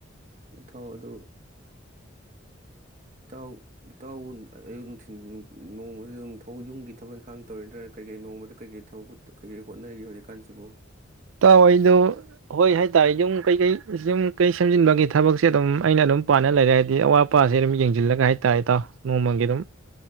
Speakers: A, on the right; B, on the right.
A: ꯍꯥꯎ ꯑꯗꯨ ꯏꯇꯥꯎ ꯏꯇꯥꯎ ꯑꯌꯨꯛ ꯅꯨꯡꯊꯤꯜ ꯅꯣꯡꯃꯁꯤ ꯑꯗꯨꯝ ꯊꯕꯛ ꯌꯨꯝꯒꯤ ꯊꯕꯛ ꯏꯪꯈꯥꯡ ꯇꯧꯔꯤ ꯅꯠꯇ꯭ꯔꯅ ꯀꯩꯀꯩ ꯅꯣꯡꯃꯗ ꯀꯩꯀꯩ ꯊꯕꯛ ꯀꯩꯀꯩ ꯍꯣꯠꯅꯔꯤꯒꯦ ꯍꯧꯖꯤꯛꯀꯥꯟꯁꯤꯕꯨ
B: ꯇ ꯑꯣꯏꯣꯏꯗꯨ ꯍꯣꯏ ꯍꯥꯏꯇꯥꯔꯦ ꯌꯨꯝ ꯀꯩꯀꯩ ꯁꯨꯝ ꯀꯩ ꯁꯦꯝꯖꯤꯟꯕꯒꯤ ꯊꯕꯛꯁꯦ ꯑꯗꯨꯝ ꯑꯩꯅ ꯑꯗꯨꯝ ꯄꯥꯅ ꯂꯩꯔꯦ ꯍꯥꯏꯗꯤ ꯑꯋꯥꯠ ꯑꯄꯥꯁꯦ ꯑꯗꯨꯝ ꯌꯦꯡꯁꯤꯜꯂꯒ ꯍꯥꯏꯇꯥꯥꯔꯦꯇꯥꯎ ꯅꯣꯡꯃꯒꯤ ꯑꯗꯨꯝ